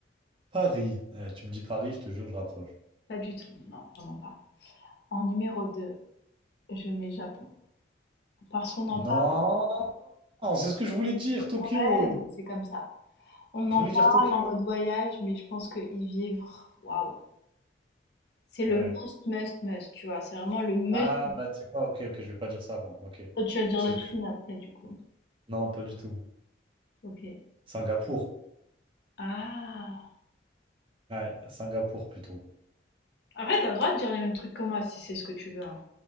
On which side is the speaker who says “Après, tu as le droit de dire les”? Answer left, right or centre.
Left